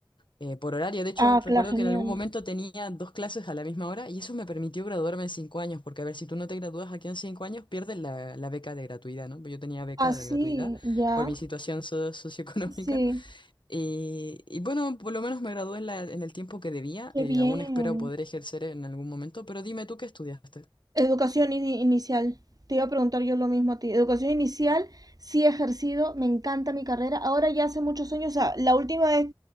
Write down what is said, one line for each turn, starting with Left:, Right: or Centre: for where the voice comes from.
Left: eh, por horario. De hecho,
Right: Ah,
Left: recuerdo
Right: claro, genial.
Left: que en algún momento tenía dos clases a la misma hora y eso me permitió graduarme en cinco años, porque a ver, si tú no te gradúas aquí en cinco años, pierdes la, la beca de gratuidad, ¿no? Yo tenía beca
Right: Así,
Left: de gratuidad
Right: ya.
Left: por mi situación so- socioeconómica.
Right: Sí,
Left: Y, y bueno, por lo menos me gradué en la- en el tiempo que debía.
Right: qué
Left: eh,
Right: bien.
Left: aún espero poder ejercer en algún momento, pero dime tú qué estudiaste.
Right: Educación ini- inicial. Te iba a preguntar yo lo mismo a ti. Educación inicial, sí he ejercido, me encanta mi carrera. Ahora ya hace muchos años, o sea, la última vez,